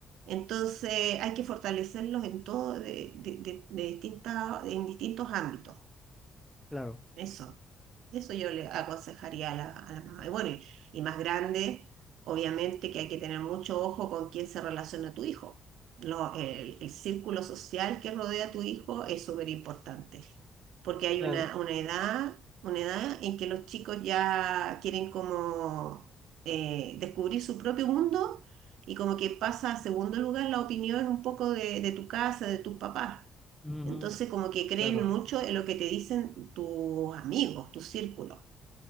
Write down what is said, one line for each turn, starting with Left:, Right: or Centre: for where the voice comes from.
Right: Entonces hay que fortalecerlos en todo, de, de- de- de distintas, en distintos ámbitos.
Centre: Claro,
Right: Eso, eso yo le aconsejaría a la, a la mamá. Y bueno, y, y más grande, obviamente que hay que tener mucho ojo con quién se relaciona tu hijo. Lo- el, el círculo social que rodea a tu hijo es súper importante, porque hay
Centre: claro,
Right: una, una edad, una edad en que los chicos ya quieren como eh, descubrir su propio mundo y como que pasa a segundo lugar la opinión un poco de, de tu casa, de tus papás.
Centre: ujú,
Right: Entonces, como que creen
Centre: claro,
Right: mucho en lo que te dicen tus amigos, tu círculo.